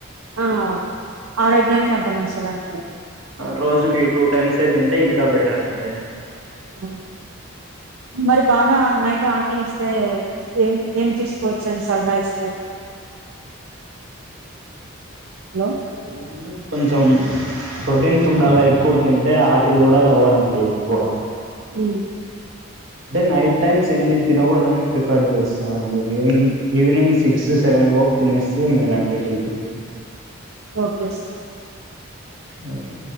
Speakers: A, on the right; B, on the right.
A: ఆ ఆరోగ్యానికి అంత మంచిది అంటారు
B: రోజుకి టూ టైమ్స్ ఏ తింటే ఇంకా బెటర్ అండి
A: ఆ మరి బాగా నైట్ ఆకలిస్తే ఏం ఏం తీసుకోవచ్చు అని సలహా ఇస్తార హలో
B: ఏమైనా కొంచెం ప్రొటీన్ ఫుడ్ అలా ఎక్కువ తింటే ఆకలి కూడా అవ్వదండి ఎక్కువ
A: అ
B: అంటే నైట్ టైమ్స్ ఏంది తినకూడదని ప్రిఫర్ చేస్తాండి ఈ ఈవినింగ్ సిక్స్ సెవెన్ లోపు తినేస్తే మేల అండి హెల్త్ కి
A: ఓకే సార్
B: ఓకే